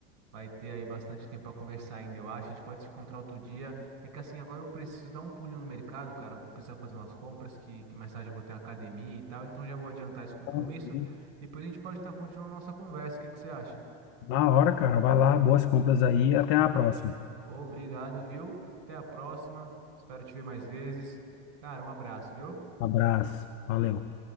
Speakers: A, on the right; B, on the left.
A: vai ter aí bastante tempo para conversar ainda, eu acho, a gente pode se encontrar outro dia, é que assim, agora eu preciso dar um pulinho no mercado, cara, eu vou precisar fazer umas compras, que, que mais tarde eu vou ter uma academia e tal, então já vou adiantar esse compromisso,
B: Então, sim.
A: depois a gente pode estar continuando nossa conversa, o que que você acha?
B: Na hora, cara, vai lá, boas compras aí, e até a próxima.
A: Obrigado, viu? Até a próxima, espero te ver mais vezes, cara, um abraço, viu?
B: Abraço, valeu.